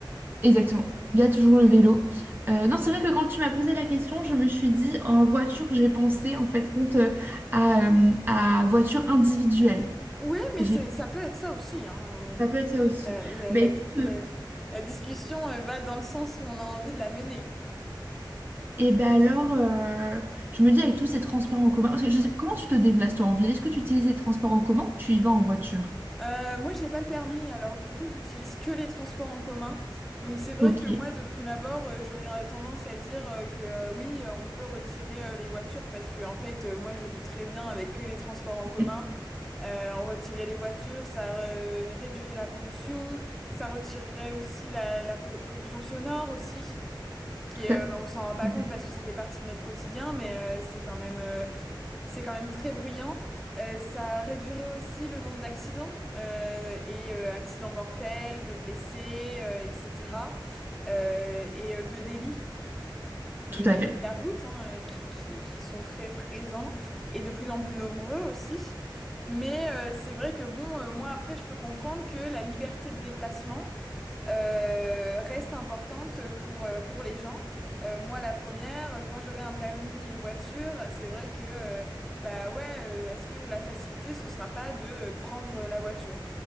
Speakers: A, on the right (about 25°); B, in the centre.
A: Exactement. Il y a toujours le vélo. Euh, non, c'est vrai que quand tu m'as posé la question, je me suis dit en voiture, j'ai pensé en fait compte euh, à, euh, à voiture individuelle.
B: Oui, mais
A: J'ai...
B: c'est, ça peut être ça aussi, hein. euh,
A: Ça peut être ça aussi.
B: la, la-
A: Ben
B: la di-
A: écoute,
B: la-
A: euh,
B: la discussion euh, va dans le sens où on a envie de la mener.
A: et ben alors, euh, je me dis avec tous ces transports en commun, parce que je sais- comment tu te déplaces toi en ville? Est-ce que tu utilises les transports en commun ou tu y vas en voiture?
B: Euh, moi, j'ai pas le permis, alors du coup, j'utilise que les transports en commun. Donc, c'est vrai
A: Ok.
B: que moi, de prime abord, euh, j'aurais euh, tendance à dire euh, que euh, oui, euh, on peut retirer euh, les voitures parce que, en fait, euh, moi, je vis très bien avec que les transports en commun.
A: Mm,
B: Euh, on retirait les voitures, ça euh, réduirait la pollution, ça retirerait aussi la, la po- pollution sonore aussi. qui
A: Tout
B: est,
A: à
B: euh,
A: tout
B: on s'en rend pas
A: à
B: compte
A: fait.
B: parce que ça fait partie de notre quotidien, mais euh, c'est quand même, euh, c'est quand même très bruyant. Euh, ça réduirait aussi le nombre d'accidents euh, et euh, accidents mortels, de blessés, euh, etc. euh, et euh, de délits de
A: Tout
B: début
A: à fait.
B: de la route hein, euh, qui, qui, qui sont très présents et de plus en plus nombreux aussi. Mais euh, c'est vrai que bon, euh, moi après, je peux comprendre que la liberté de déplacement euh, reste importante pour, euh, pour les gens. Euh, moi, la première, quand j'aurai un permis, une voiture, c'est vrai que, euh, bah ouais, euh, est-ce que la facilité, ce sera pas de euh, prendre la voiture?